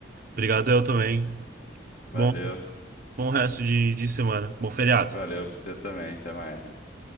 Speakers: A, on the right (about 50°); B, on the left (about 45°).
A: Obrigado, eu também.
B: Valeu,
A: Bom, bom resto de, de semana. Bom feriado.
B: valeu pra você também. Até mais.